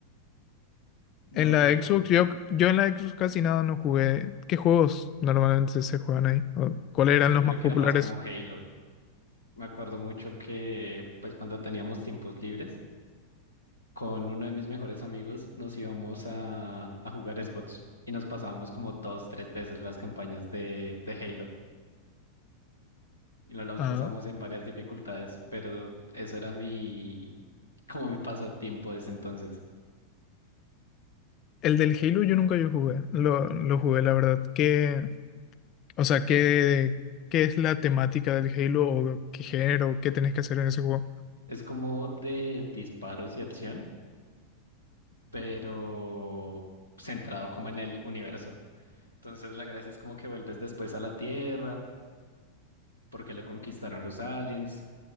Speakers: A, on the left; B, on the left.
A: No,
B: En la
A: yo,
B: Xbox, yo, yo en la Xbox casi nada no jugué. ¿Qué juegos normalmente se juegan ahí? ¿O cuáles eran
A: yo
B: los
A: creo
B: más
A: que
B: populares?
A: era más como Halo. Me acuerdo mucho que, pues, cuando teníamos tiempos libres, con uno de mis mejores amigos nos íbamos a, a jugar Xbox y nos pasábamos como dos, tres veces las campañas de, de Halo y nos las
B: Ah,
A: pasamos en varias dificultades, pero eso era mi, como mi pasatiempo desde entonces.
B: el del Halo yo nunca yo jugué. Lo, lo jugué, la verdad. ¿Qué, O sea, ¿qué, qué es la temática del Halo o qué género, qué tenés que hacer en ese juego?
A: Es como de disparos y acción, pero centrado como en el universo. Entonces la gracia es como que vuelves después a la Tierra, porque lo conquistaron los aliens,